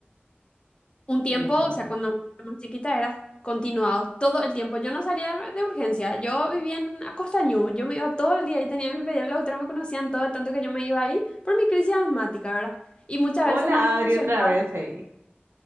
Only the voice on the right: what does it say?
Wow.
Hola,
Adri, otra vez, hey.